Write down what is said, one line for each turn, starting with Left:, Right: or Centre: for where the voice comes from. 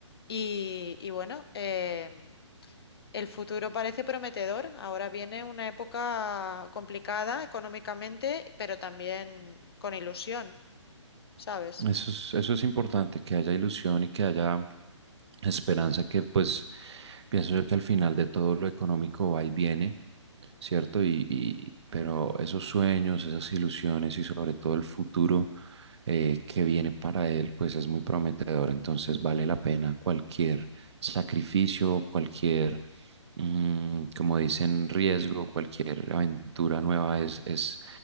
Left: Y, y bueno, em, el futuro parece prometedor. Ahora viene una época complicada económicamente, pero también con ilusión, ¿sabes?
Right: Eso es, eso es importante, que haya ilusión y que haya esperanza, que pues pienso yo que al final de todo lo económico va y viene, ¿cierto? Y, y- pero esos sueños, esas ilusiones y sobre todo el futuro eh, que viene para él, pues es muy prometedor, entonces vale la pena cualquier sacrificio, cualquier Mm, como dicen, riesgo, cualquier aventura nueva es, es,